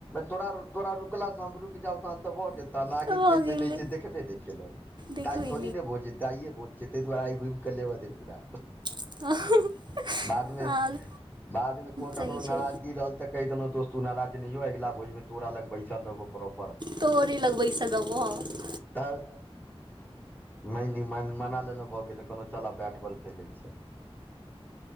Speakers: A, on the left; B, on the right.
A: तोरा तोरा रुकला स हम रु तहन तऽ भऽ गेल तह ले
B: भऽ
A: के चलित
B: गेलै
A: छै देखबे नहि केलहुँ
B: देखबै
A: काज थोड़ी ने बजत गायए बोज छै तहि दुआरे घुमिके लेब द पुरा
B: नहि
A: बाद में
B: हँ
A: बाद मे को ककरो
B: सही छै
A: नाराजगी रहल तऽ कहिेलहुँ दस्त त नाराज नहियो अगिल भोजमे तोरा लग बैसल रहोबो प्रो
B: तोरे लग बैसल रहबा ह
A: तऽ म मना लेलेहु भऽ गेल कहलहुँ चल बैट बॉल खेलै छी